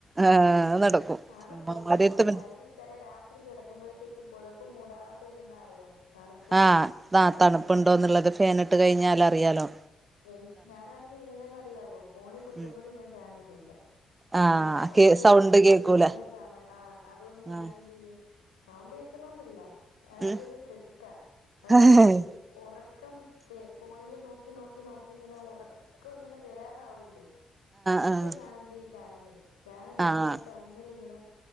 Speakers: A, on the right; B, on the left.
A: ആഹ് അത് നടക്കും
B: തണുപ്പ്
A: ഉമ്മമാരെടുത്ത്
B: പിന്നെ അറിയാം.
A: പി
B: കാര്യംന്ന് വെച് ച്ചാല് രാത്രി കിടക്കുമ്പോഴത്തേക്കും പുതപ്പ് മൂടാണ്ടിരുന്ന അറിയാം തണുപ്പ്
A: ആഹ് ആ തണുപ്പുണ്ടോന്നുള്ളത് ഫേനിട്ട് കഴിഞ്ഞാലറിയാലോ
B: എനിക്ക് ഞാനാണെങ്കി എങ്ങനാന്നഅറിയാവോ. ഫോണി കുത്തുമ്പഴും
A: ഉം
B: ഞാൻ ഫാൻ ഇടൂല
A: ആഹ്
B: ഞാനൊറക്കം
A: കേ സൗണ്ട്
B: കണ്ണില്
A: കേക്കൂല
B: പിടിക്കുന്ന സമയം, ആഹ് അതുകൊണ്ട് ഞാൻ
A: ആഹ്
B: എന്ത് ചെയ്യും സൗണ്ടേ. ക്കുന്നോണ്ടല്ല. അതെന്റെ
A: ഉം
B: ഒരു ട്രിക്കാ അതായത്
A: ആഹ്
B: ഒറക്കം ഫോണില് നോക്കി നോക്കി നോക്കി ഇങ്ങനെ ഉറക്കങ്ങനെ വരാറാവൂല്ലേ അപ്പൊ
A: ആഹ്
B: ഞാനെന്തിയ്യും ഈ ഫാനങ് ഇടും ഫാന് ഇടുമ്പോ
A: ആഹ്
B: ഇങ്ങനെ കാ ഇന്നലിങ്ങനെ